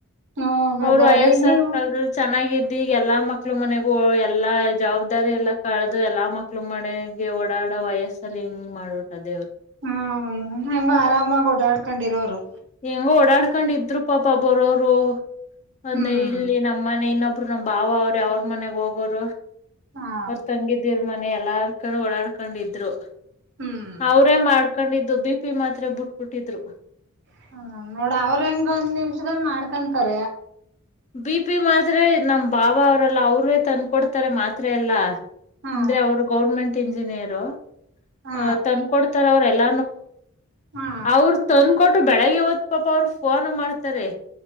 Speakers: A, on the right (about 55°); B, on the left (about 30°).
A: ಹಾ ಬೇಜಾರು
B: ಅವ್ರು ವಯಸ್ಸಾದ
A: ಈಗ ನೀವು
B: ಕಾಲದಲ್ಲಿ ಚೆನ್ನಾಗ ಇದ ಈಗ ಎಲ್ಲಾ ಮಕ್ಳು ಮನೆಗೂ ಎಲ್ಲಾ ಜವಾಬ್ದಾರಿ ಎಲ್ಲಾ ಕಳೆದುು ಎಲ್ಲಾ ಮಕ್ಳು ಮನೆಗೆ ಓಡಾಡ ಬಡ ವಯಸ್ಸಲ್ಲಿ ಹಿಂಗ ಮಾಡ್ಬಿಟ್ಟ ಅದೇವ್ರರು
A: ಹ್ಮ ಹೆಂಗ ಆರಾಮಾಗಿ ಓಡಾಡ್ಕೊಂಡಿರೋರು
B: ಹೆಂಗ ಓಡಾಡ್ಕೊಂಡಿದ್ರು ಪಾಪ ಬರೋರು ಅದ್ನ್ನ
A: ಹ್ಮ್
B: ಇಲ್ಲಿ ನಮ್ಮ ಮನೆ ಇನ್ನೊಬ್ ಬ್ರು ನಮ ಬಾವ ಅವ್ರರು ಅವ್ರ ಮನೆಗ್ ಹೋಗೋರು
A: ಹಾ
B: ಅವ್ರ ತಂಗಿದ್ದಿರ್ ಮನೆ ಎಲ್ಲಾರ್ ಕೊಂಡು ಓಡಾಡ್ಕೊಂಡಿದ್ರು
A: ಹ್ಮ್
B: ಅವರೇ ಮಾಡ್ಕೊಂಡಿದ್ದು ಬಿಪಿ ಮಾತ್ರ ಬುಟ್ಬುಟ್ಟಿದ್ರು
A: ಹ್ಮ ನೋಡ ಅವ್ರಂಗ ಒಂದ್ ನಿಮಿಷಲ್ ಮಾಡ್ಕೊಂತಾರ
B: ಬಿ ಪಿ ಮಾತ್ರ ನಮ್ ಬಾವ ಅವ್ರಲ್ಲ ಅವ್ರೇ ತಂದಕೊಡ್ತಾರೆ ಮಾತ್ ಎಲ್ಲಾ
A: ಹಾ
B: ಅಂದ್ರೆ ಅವರು ಗೌರ್ಮೆಂಟ್ ಇಂಜಿನಿಯರು
A: ಹಾ
B: ಅ ತಂದಕ ಕೊಡ್ತಾರ ಅವ್ರ ಎಲ್ಲ
A: ಹಾ
B: ಅವರು ತಂದಕೊಟ್ಟು ಬೆಳಗ್ಗೆವತ್ತು ಪಾಪ ಅವರು ಫೋನ್ ಮಾಡ್ತಾರೆ